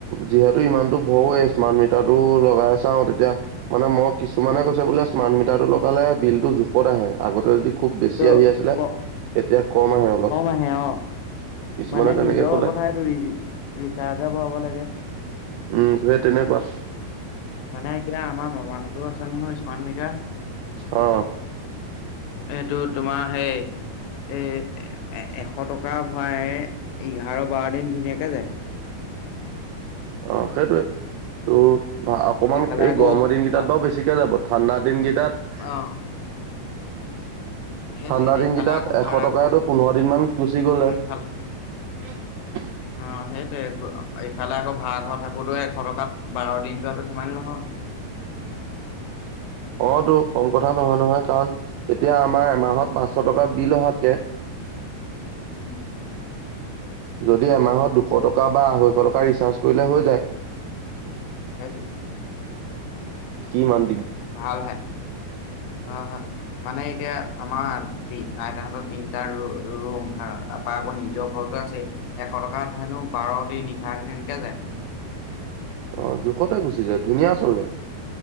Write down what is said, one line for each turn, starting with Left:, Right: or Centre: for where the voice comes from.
Right: যিহেতু ইমানতো ভৰোৱে স্মাৰ্ট মিটাৰ টো লগাই চাও তেতিয়া মানে মই কিছুমানে কৈছে বোলে স্মাৰ্ট মিটাৰ টো লগালে বিল টো জোখত আহে আগতে যদি খুব বেছি
Left: ত
Right: আহি আছিলে
Left: ক
Right: এতিয়া কম আহে অলপ।
Left: আহে অ
Right: কিছুমানে
Left: মানে
Right: তেনেকে
Left: নিজৰ
Right: কলে
Left: কথা এইটোৰি ৰিচাৰ্জে ভৰাব লাগে।
Right: উম সেই তেনেকুৱা।
Left: মানে এতিয়া আমাৰ মামাহঁতৰো আছে নহয় স্মাৰ্ট মিটাৰ।
Right: অ
Left: সেইটো তোমাৰ সেই এ এশ টকা ভৰাই এঘাৰ বাৰ দিন ধুনীয়াকে যায়।
Right: অ সেইটোয়ে ত' অকমান
Left: ইফালে
Right: এই
Left: আকৌ
Right: গৰমৰ দিনকেইটাত
Left: ভা-
Right: বা বেছিকে যাব ঠাণ্ডা দিনকেইটাত
Left: অ সেইটোৱে
Right: ঠাণ্ডা দিনকেইটাত
Left: ইফালে আকৌ
Right: এশ
Left: ভাড়া
Right: টকাইটো
Left: ঘৰ
Right: পোন্ধৰ দিন মান গুচি গ'লে।
Left: ইফাল
Right: <unintelligible> <inaudible>
Left: অ সেইটোৱে ইফালে আকৌ ভাঢ়া ঘৰ থাকোতে এশ টকাত বাৰ দিন যোৱাতো ধেমালি নহয়। <inaudible>
Right: অ টো কম কথা নহয় নহয় কাৰণ এতিয়া আমাৰ এমাহত পাঁচশ টকা বিল অহাতকে
Left: উম
Right: যদি এমাহত দুশ টকা বা আঢ়ৈশ টকা ৰিচাৰ্জ কৰিলে হৈ যায়।
Left: <inaudible>
Right: কিমান
Left: ভাল হে অ হ মানে এতিয়া আমাৰ আইতাহতৰ তিনটা ৰুম ভাড়া তাৰপা আকৌ নিজৰ ঘৰতো আছেই পটকাত হেনো বাৰ দিন এঘাৰ দিন সেনকে যায়। <unintelligible>
Right: অ জোখতে গুচি যায় ধুনীয়া চলে আৰু